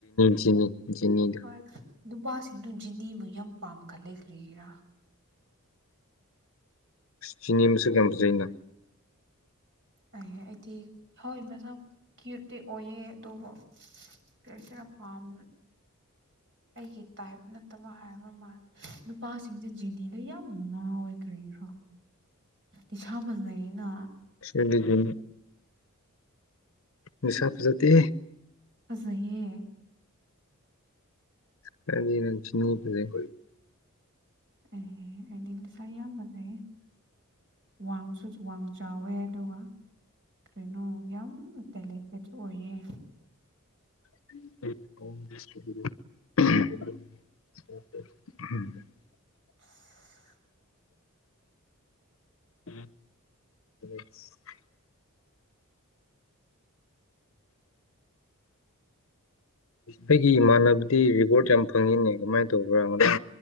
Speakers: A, on the left; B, on the right.
A: ꯖꯤꯅꯤ ꯖꯤꯅꯤꯗꯣ
B: ꯍꯣꯏ ꯅꯨꯄꯥꯁꯤꯡꯗꯨ ꯖꯤꯅꯤꯕꯨ ꯌꯥꯝ ꯄꯥꯝꯒ ꯂꯩꯈ꯭ꯔꯤꯒꯔꯥ
A: ꯁꯤꯅꯤꯃꯤꯁꯨ ꯀꯦꯝꯖꯅ <unintelligible>
B: ꯑꯩꯗꯤ ꯍꯥꯎꯏ ꯃꯁ ꯀ꯭ꯌꯨꯠꯇꯤ ꯑꯣꯏꯌꯦ ꯑꯗꯨꯕꯨ ꯀꯁꯤꯔ ꯐꯥꯝ ꯑꯩꯒꯤ ꯇꯥꯏꯞ ꯅꯠꯇꯕ ꯍꯥꯏꯕ ꯃꯥꯜꯂꯦ ꯅꯨꯄꯥꯁꯤꯡꯁꯦ ꯖꯤꯅꯤꯗꯣ ꯌꯥꯝ ꯉꯥ ꯑꯣꯏꯗ꯭ꯔꯔꯤꯜ ꯏꯁꯥ ꯐꯖꯩꯌꯦꯩꯅ
A: ꯁꯤꯒꯤꯖ ꯅꯤꯁꯥ ꯐꯖꯥꯇ
B: ꯑ ꯆꯍꯤ
A: ꯀꯗꯤ <unintelligible>
B: ꯑꯦ ꯑꯂꯁ ꯌꯥ ꯃꯖꯦ ꯋꯥꯁꯨ ꯋꯥ ꯆꯥꯎꯋꯦ ꯑꯗꯨꯒ ꯀꯩꯅꯣ ꯌꯥꯝ ꯇꯦꯂꯦꯟꯇꯦꯠꯁꯨ ꯑꯣꯏꯌꯦ
A: <inaudible> ꯝ <inaudible>
B: <inaudible>
A: ꯎꯝ <unintelligible> ꯑꯩꯒꯤ ꯏꯃꯥꯟꯅꯕꯗꯤ ꯔꯤꯋꯥꯔꯠ ꯌꯥꯝ ꯐꯪꯉꯤꯅꯦ ꯀꯃꯥꯏꯅ ꯇꯧ ꯇꯧꯕ꯭ꯔꯥ ꯉ